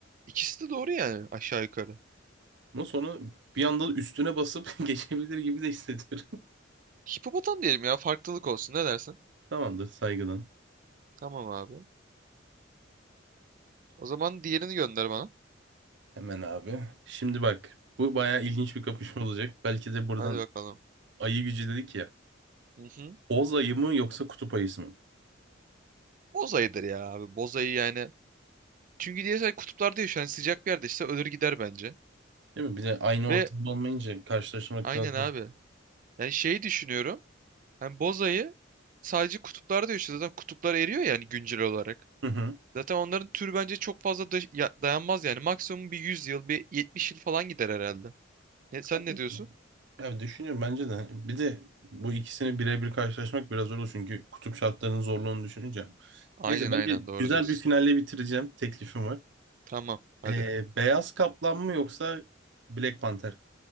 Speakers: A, on the right; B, on the right.
A: İkisi de doğru yani aşağı yukarı.
B: Ama sonra bir anda üstüne basıp <laughs> geçebilir gibi de hissediyorum.
A: Hipopotam diyelim ya farklılık olsun ne dersin?
B: <laughs> Tamamdır saygıdan.
A: Tamam abi. O zaman diğerini gönder bana.
B: Hemen abi. Şimdi bak bu bayağı ilginç bir kapışma olacak. Belki de buradan
A: Hadi bakalım.
B: ayı gücü dedik ya.
A: Hı hı.
B: Boz ayı mı yoksa kutup ayısı mı?
A: Bozayıdır ya abi bozayı yani. Çünkü diğer şey kutuplarda yaşıyor yani sıcak bir yerde işte ölür gider bence.
B: Değil mi? Bir de aynı
A: Ve
B: ortamda olmayınca karşılaşmak
A: aynen
B: biraz zor.
A: abi. Yani şeyi düşünüyorum. Hani bozayı sadece kutuplarda yaşıyor zaten kutuplar eriyor yani güncel olarak.
B: Hı hı.
A: Zaten onların türü bence çok fazla da- ya- dayanmaz yani. Maksimum bir 100 yıl, bir 70 yıl falan gider herhalde. Ne, sen
B: Haklısın.
A: ne diyorsun?
B: Abi düşünüyorum bence de. Bir de bu ikisini birebir karşılaşmak biraz zor olur çünkü kutup şartlarının zorluğunu düşününce.
A: Aynen
B: Neyse bence
A: aynen doğru
B: güzel
A: diyorsun.
B: bir finalle bitireceğim. Teklifim var.
A: Tamam hadi.
B: Ee, beyaz kaplan mı yoksa Black Panther?